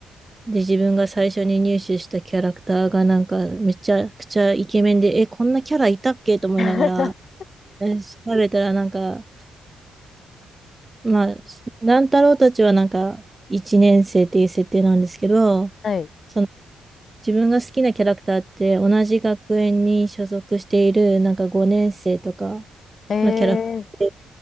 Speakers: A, on the right; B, on the left.
A: で、自分が最初に入手したキャラクターがなんかめちゃくちゃイケメンで、え、こんなキャラいたっけと思いながら、
B: <laughs>
A: 出されたらなんか、まあ、乱太郎たちはなんか、一年生っていう設定なんですけど、
B: はい。
A: その自分が好きなキャラクターって同じ学園に所属しているなんか5年生とか
B: えー、
A: のキャラクター